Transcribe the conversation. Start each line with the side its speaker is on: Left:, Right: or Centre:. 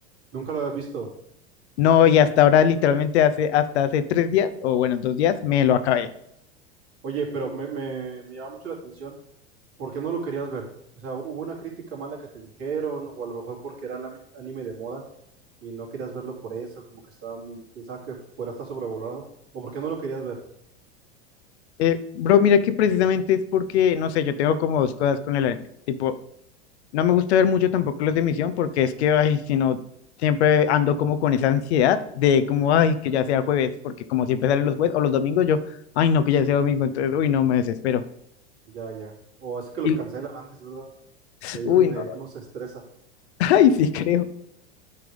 Right: nunca lo había visto.
Left: No, y hasta ahora, literalmente hace, hasta hace tres días, o bueno, dos días, me lo acabé.
Right: Oye, pero me, me, me llama mucho la atención. ¿Por qué no lo querías ver? O sea, ¿hubo una crítica mala que te dijeron? O a lo mejor porque era lami- anime de moda y no querías verlo por eso, como que estaba, mu- pensaba que podría estar sobrevalorado. ¿O por qué no lo querías ver?
Left: Eh, bro, mira que precisamente es porque, no sé, yo tengo como dos cosas con el anime. Tipo, no me gusta ver mucho tampoco los de misión porque es que, ay, si no, siempre ando como con esa ansiedad de como, ay, que ya sea jueves, porque como siempre salen los jueves o los domingos, yo, ay, no, que ya sea domingo, entonces, uy, no, me desespero.
Right: Ya, ya. O es que los
Left: Y,
Right: cancelan antes, ¿verdad?
Left: <sniffs>
Right: Y ahí es
Left: uy,
Right: donde
Left: no, no,
Right: uno se estresa.
Left: <laughs> ay, sí, creo.